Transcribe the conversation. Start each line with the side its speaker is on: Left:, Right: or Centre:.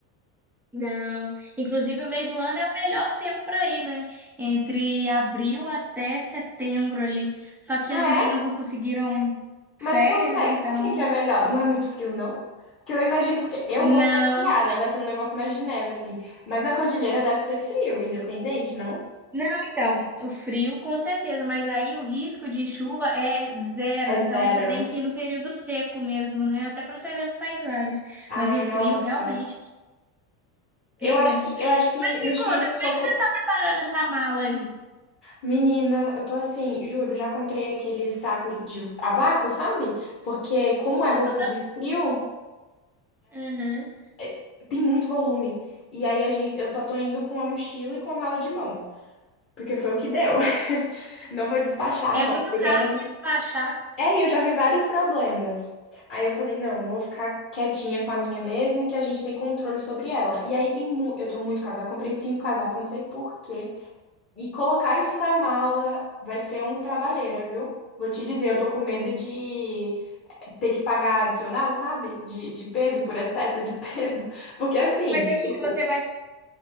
Centre: Não, inclusive o meio do ano é o melhor tempo para ir, né? Entre abril até setembro ali. Só que
Left: Ah,
Centre: as meninas não conseguiram
Left: Mas
Centre: férias,
Left: por quê?
Centre: então
Left: Por que que é melhor? Não é muito frio, não? Porque eu imagino, porque eu
Centre: não.
Left: vou pra esquiar, né? Vai ser um negócio mais de neve, assim. Mas na cordilheira deve ser frio, independente, não?
Centre: Não, então, o frio com certeza, mas aí o risco de chuva é zero,
Left: É
Centre: então
Left: zero.
Centre: você tem que ir no período seco mesmo, né? Até para você ver as paisagens,
Left: Ai,
Centre: mas o frio
Left: nossa.
Centre: realmente.
Left: Eu
Centre: <laughs>
Left: acho que, eu acho que
Centre: Mas me
Left: no Chile
Centre: conta,
Left: é
Centre: como
Left: um pouco.
Centre: é que você está preparando essa mala aí?
Left: Menina, eu tô assim, juro, já comprei aquele saco de a vácuo, sabe? Porque como
Centre: Isso
Left: é roupa de frio,
Centre: também. Uhum.
Left: é- tem muito volume. E aí a gente, eu só tô indo com a mochila e com a mala de mão. Porque foi o que deu. <laughs> Não vou despachar,
Centre: É
Left: não.
Centre: muito
Left: Eu
Centre: caro
Left: já vi
Centre: para despachar,
Left: É, e eu já vi vários problemas. Aí eu falei, não, vou ficar quietinha com a minha mesmo, que a gente tem controle sobre ela. E aí tem mu eu tenho muito casaco, comprei cinco casacos, não sei por quê. E colocar isso na mala vai ser um trabalheira, viu? Vou te dizer, eu tô com medo de ter que pagar adicional, sabe? De, de peso, por excesso de peso. <laughs> Porque assim,
Centre: mas aí o que que você
Left: o- o-
Centre: vai,